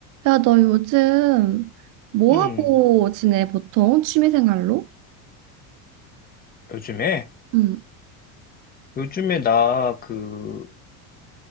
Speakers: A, on the right; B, on the left.
A: 야, 너 요즘 뭐
B: 음,
A: 하고 지내, 보통? 취미생활로?
B: 요즘에?
A: 응.
B: 요즘에 나 그